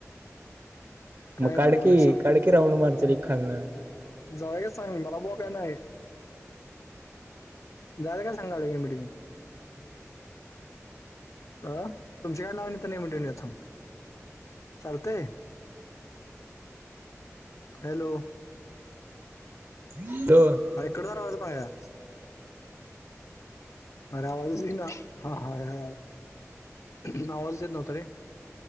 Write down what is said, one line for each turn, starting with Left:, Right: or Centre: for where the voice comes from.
Left: काय
Right: मग
Left: आता
Right: काढ
Left: बोलायच
Right: की
Left: सांग?
Right: काढ राऊंड मार चल एक खालन.
Left: जावयच सांग मला बो काय नाही. झालं का सांगा लागेल मीटिंग? अ तुमची काय नाव <unintelligible> तर नाही म्हण चालतंय. हॅलो.
Right: <unintelligible> हॅलो.
Left: आई कड राव पाया अरे आवजच येईना हा हाय हाय. आवाजच येत नव्हतं रे